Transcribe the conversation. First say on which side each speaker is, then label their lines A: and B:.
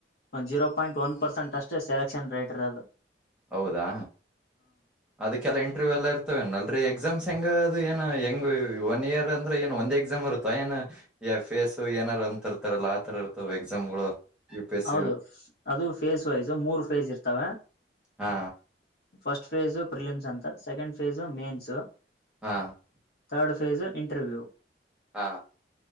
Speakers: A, on the left; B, in the centre.
A: ಒ ಜೀರೋ ಪಾಯಿಂಟ್ ಒನ್ ಪರ್ಸೆಂಟ್ ಅಷ್ಟೇ ಸೆಲೆಕ್ಷನ್ ರೇಟ್ರ್ ಅದು
B: ಹೌದಾ ಅದಕ್ಕೆಲ್ಲ ಇಂಟರ್ವ್ಯೂ ಎಲ್ಲ ಇರ್ತವೆಲ್ ಎಕ್ಸಾಮ್ಸ್ ಹೆಂಗ ಅದು ಏನ್ ಹೆಂಗ ಒನ್ ಇಯರ್ ಅಂದ್ರೆ ಏನ್ ಒಂದ್ ಎಕ್ಸಾಮ್ ಇರುತ್ತ ಏನುಫೇಸ್ ಸೊ ಏನಾರು ಅಂತ ಇರ್ತಾರಲ್ಲ ಆತರ ಇರ್ತವೆ ಎಕ್ಸಾಮ್ಗಳು ಯು ಪಿ ಎಸ್
A: ಹೌದು
B: ಸಿ
A: ಅದು ಫೇಸ್ ವೈಸ್ ಮೂರು ಫೇಸ್ ಇರ್ತವೆ
B: ಹಾ
A: ಫಸ್ಟ್ ಫೇಜು ಪ್ರಿಲಿಮ್ಸ್ ಅಂತ ಸೆಕೆಂಡ್ ಫೇಜು ಮೇನ್ಸ್
B: ಹಾ.
A: <unintelligible> ಫೇಸ್ ಇಂಟರ್ವ್ಯೂ
B: ಹಾ